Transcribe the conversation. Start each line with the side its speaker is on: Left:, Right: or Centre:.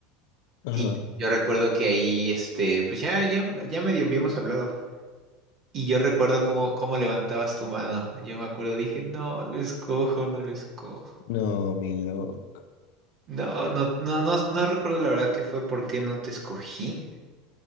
Left: Ajá.
Right: Y yo recuerdo que ahí, este, pues ya, ya, ya medio habíamos hablado. Y yo recuerdo cómo, cómo levantabas tu mano. Yo me acuerdo, dije, no, lo escojo, no lo escojo.
Left: No, mi loco.
Right: No, no, no, no, no recuerdo la verdad que fue por qué no te escogí.